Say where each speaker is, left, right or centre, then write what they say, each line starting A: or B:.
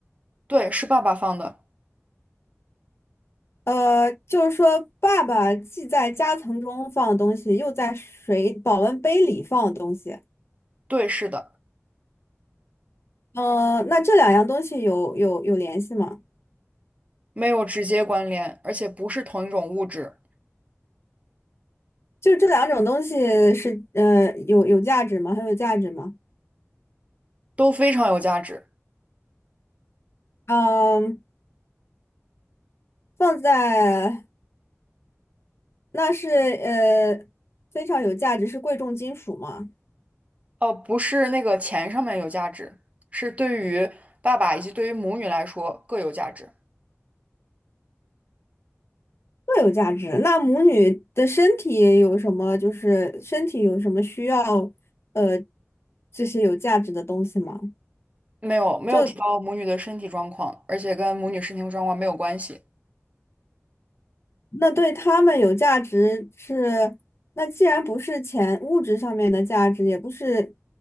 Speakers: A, on the right; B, on the left.
A: 对，是爸爸放的，
B: 呃，就是说，爸爸既在夹层中放的东西，又在水保温杯里放的东西。
A: 对，是的。
B: 呃，那这两样东西有有有联系吗？
A: 没有直接关联，而且不是同一种物质，
B: 就是这两种东西是呃有有价值吗？很有价值吗？
A: 都非常有价值。
B: 嗯，放在那是呃非常有价值，是贵重金属吗？
A: 呃，不是那个钱上面有价值，是对于爸爸以及对于母女来说各有价值。
B: 会有价值。那母女的身体有什么？就是身体有什么需要呃这些有价值的东西吗？
A: 没有没有提到母女的身体状况，
B: 就。
A: 而且跟母女身体状况没有关系。
B: 那对他们有价值是，那既然不是钱物质上面的价值，也不是